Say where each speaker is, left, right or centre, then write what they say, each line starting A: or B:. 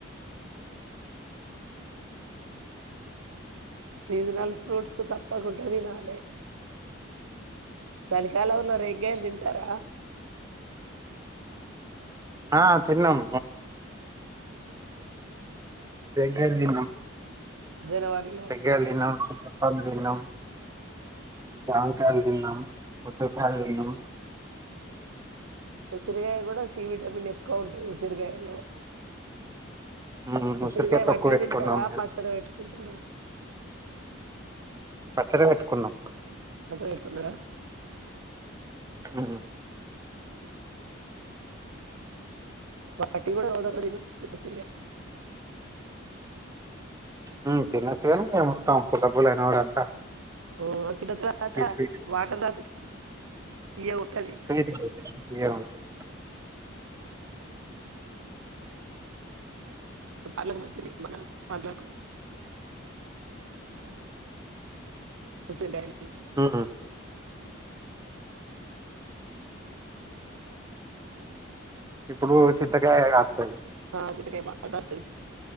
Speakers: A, on the right; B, on the right.
A: సీజనల్ ఫ్రూట్స్ తప్పకుంట తినాలె సలికాలంలో రేగ్గాయల్తింటరా
B: ఆ తిన్నం రెగ్గాయల్ దిన్నం
A: జనవరిలో?
B: రెగ్గాయల్దిన్న అప్పుడ్ దిన్నం జామకాయల్దిన్నం పుచ్చకాయల్దిన్నం
A: ఉసిరిగాయ గూడ సి విటమిన్ ఎక్కువ ఉంటుంది ఉసిరిగాయలో
B: ఉమ్
A: ఉసిరిగాయ్
B: ఉసిరికాయ తొక్కు
A: వట్టిగా
B: పెట్టుకున్నాం
A: తింటారా పచ్చడి పెట్టుకుంటరా
B: పచ్చడ పెట్టుకున్నం
A: పచ్చడ పెట్టుకున్నరా
B: ఊ ఉ
A: వాటిని గూడ రోజొకటి తినొచ్చు ఉసిరిగాయ్
B: ఉమ్ తినచ్చుగనిగ మొత్తం పుల్లపుల్లగ నోరంతా
A: ఆ! అది తిన్న తరువాత
B: స్వీట్
A: వాటర్ తాగుతే తియ్యగుంటది
B: స్వీట్ ఇవే ఉంటాయి
A: పల్లకు మంచిది మన పండ్లకు ఫ్రెష్షుగుంటయ్
B: అవునా ఇప్పుడూ సింతగాయే గాత్తది
A: ఆ చింతకాయ బాగ్గాస్తది